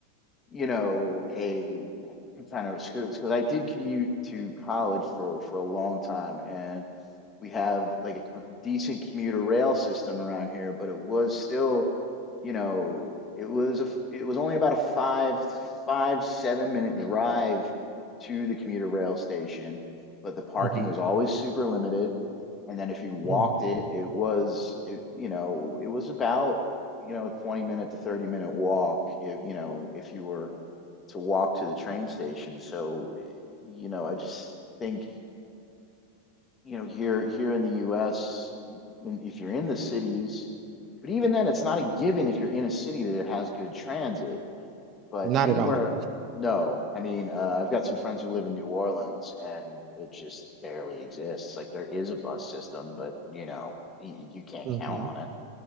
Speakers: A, on the left; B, on the right.
A: you know, a kind of a because I did commute to college for for a long time and we have like a decent commuter rail system around here, but it was still, you know, it was a, it was only about a five five seven minute drive to the commuter rail station, but the parking
B: hmm
A: was always super limited. And then if you walked
B: Mm.
A: it, it was it, you know, it was about, you know, 20 minute to 30 minute walk if, you know, if you were to walk to the train station. So, eh, you know, I just think you know here here in the US if you're in the cities but even then it's not a given if you're in a city that has good transit but
B: Not
A: anywhere
B: at all.
A: no I mean uh, I've got some friends who live in New Orleans and it just barely exists like there is a bus system but you know y- you can't
B: hmm
A: count on it